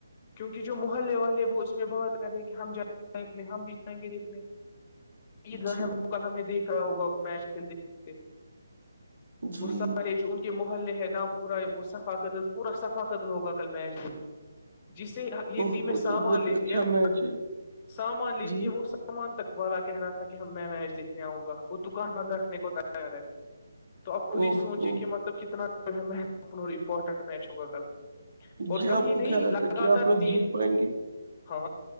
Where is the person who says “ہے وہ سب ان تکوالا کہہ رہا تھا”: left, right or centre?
Left